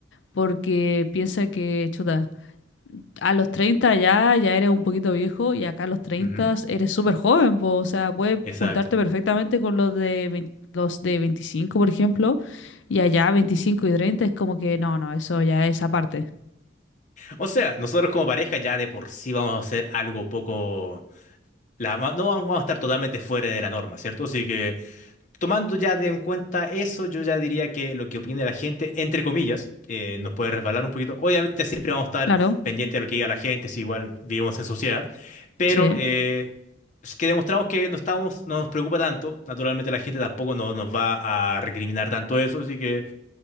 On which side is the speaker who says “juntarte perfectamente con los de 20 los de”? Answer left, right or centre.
Left